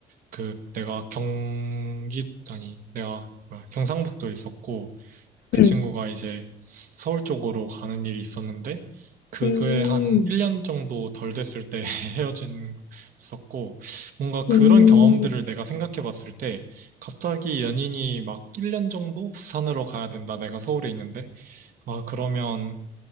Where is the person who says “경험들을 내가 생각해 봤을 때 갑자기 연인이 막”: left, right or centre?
Right